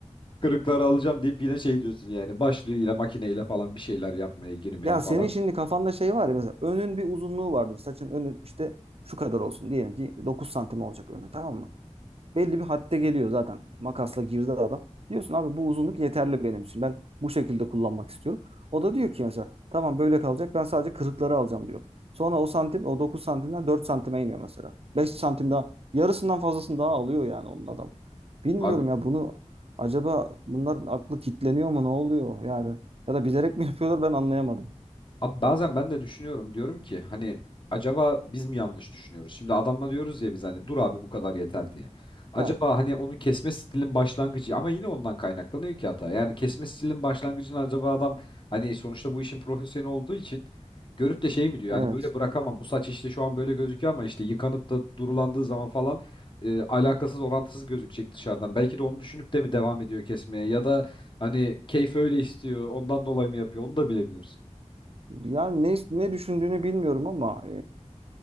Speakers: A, on the left; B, on the right.
A: kırıkları alacağım deyip yine şey diyorsun yani başlıyor yine makineyle falan bir şeyler yapmaya girmeye
B: Ya
A: falan.
B: senin şimdi kafanda şey var ya mesela önün bir uzunluğu vardır. Saçın önü işte şu kadar olsun. Diyelim ki 9 santim olacak önü tamam mı? belli bir hadde geliyor zaten. Makasla girdi adam. Diyorsun abi bu uzunluk yeterli benim için. Ben bu şekilde kullanmak istiyorum. O da diyor ki mesela tamam böyle kalacak. Ben sadece kırıkları alacağım diyor. Sonra o santim o 9 santimden 4 santime iniyor mesela. beş santim daha yarısından fazlasını daha alıyor yani onun adam. Bilmiyorum
A: Abi
B: ya bunu acaba bunların aklı kitleniyor mu ne oluyor yani ya da bilerek mi yapıyorlar ben anlayamadım.
A: Abi bazen ben de düşünüyorum diyorum ki hani acaba biz mi yanlış düşünüyoruz? Şimdi adamla diyoruz ya biz hani dur abi bu kadar yeter diye. Acaba
B: He,
A: hani onu kesme stilin başlangıcı ama yine ondan kaynaklanıyor ki hata. Yani kesme stilin başlangıcını acaba adam hani sonuçta bu işin profesyoneli olduğu için görüp de şey mi diyor
B: evet.
A: yani böyle bırakamam bu saç işte şu an böyle gözüküyor ama işte yıkanıp da durulandığı zaman falan e, alakasız orantısız gözükecek dışarıdan. Belki de onu düşünüp de mi devam ediyor kesmeye ya da hani keyfi öyle istiyor ondan dolayı mı yapıyor onu da bilemiyoruz.
B: Yani ne ne düşündüğünü bilmiyorum ama